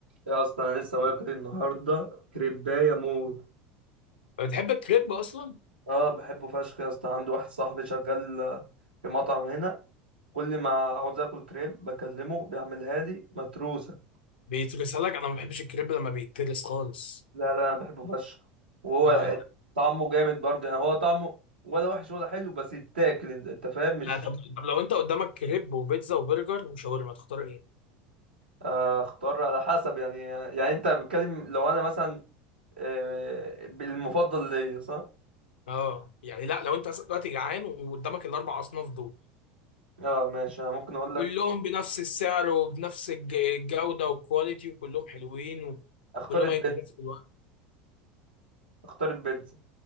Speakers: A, on the right; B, on the left.
A: يا اسطى انا لسه واكل النهارده كريبايه موت
B: بتحب الكريب اصلا
A: اه بحبه فشخ يا اسطى عندي واحد صاحبي شغال آه، في مطعم هنا كل ما عاوز اكل كريب بكلمه بيعملها لي متروسه
B: بيترسها لك انا ما بحبش الكريب لما بيترس خالص
A: لا لا انا بحبه فشخ وهو
B: آه.
A: طعمه جامد برضه يعني هو طعمه ولا وحش ولا حلو بس يتاكل انت أنت فاهم مش
B: لا طب طب لو انت قدامك كريب وبيتزا وبرجر وشاورما تختار ايه
A: آه، اختار على حسب يعني يعني انت بتكلم لو انا مثلا آه، المفضل ليا صح
B: اه يعني لا لو انت دلوقتي جعان وقدامك الاربع اصناف دول
A: اه ماشي انا ممكن اقول لك
B: كلهم بنفس السعر وبنفس الج- الجودة والكواليتي وكلهم حلوين و-
A: اختار
B: وكلهم
A: البيتزا
B: هيجوا في نفس الوقت
A: اختار البيتزا